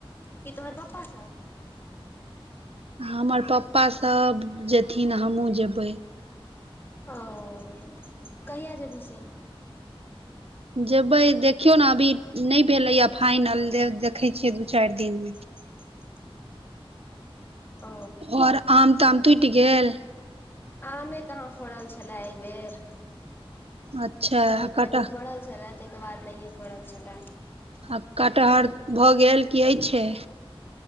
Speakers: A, on the left; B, on the right.
A: की तोहर पप्पासँ
B: हमर पप्पा सभ जेथिन हमहु जेबै।
A: ओ, कहिया जेबी से?
B: जेबै देखियौ ने अभी नहि भेलै यै फाइनल देखै छियै दू चारि दिनमे।
A: <inaudible> ओ
B: ओर आम ताम टुटि गेल।
A: आमे कहाँ फड़ल छलै एहि बेर।
B: अच्छा
A: कनिक-मनिक
B: कटह
A: फड़ल छलै, ताहिके बाद नहि फड़ल छलै।
B: आब कटहर भऽ गेल की होइ छै।